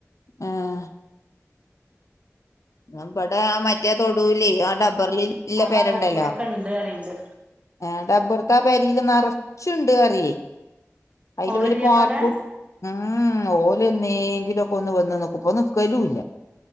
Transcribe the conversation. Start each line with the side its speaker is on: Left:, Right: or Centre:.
Left: ഏഹ് നാ പ്പടെ ആ മറ്റേ തൊടുലി ആ ഡബ്ബറിൽ ഇല്ല
Right: ആ
Left: പേരണ്ടല്ലോ
Right: ഭാഗത്ത് കൂടിയൊക്കെ ഇണ്ട് പറയ്ണ്ട്
Left: എഹ് ഡബർത്ത ആ പേരയില് നറ്ച്ചുണ്ട് അറിയേ അയില്
Right: ഓളില്ലേപ്പവ്ടെ
Left: ഓല് പാർക്കും ഉം ഓലെന്നെങ്കിലുംലൊക്കെ ഒന്ന് വന്ന് നിക്കും ഇപ്പ ഒന്ന് നിക്കലുമില്ല